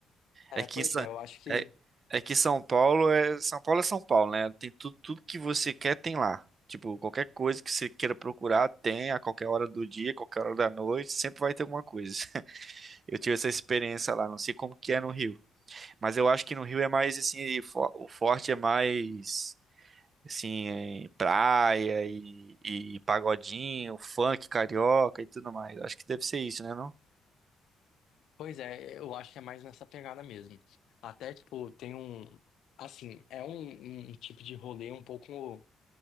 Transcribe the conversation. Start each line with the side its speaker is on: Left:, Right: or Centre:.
Left: É,
Right: É que,
Left: pois
Right: em Sa-
Left: é, eu acho que.
Right: é, é que São Paulo é São Paulo é São Paulo, né? Tem tudo, tudo que você quer tem lá. Tipo, qualquer coisa que você queira procurar tem a qualquer hora do dia, qualquer hora da noite, sempre vai ter alguma coisa. <laughs> Eu tive essa experiência lá, não sei como que é no Rio, mas eu acho que no Rio é mais assim, fo- o forte é mais assim, em praia e, e pagodinho, funk carioca e tudo mais. Acho que deve ser isso, né, não?
Left: Pois é, eu acho que é mais nessa pegada mesmo. Até, tipo, tem um. Assim, é um, um tipo de rolê um pouco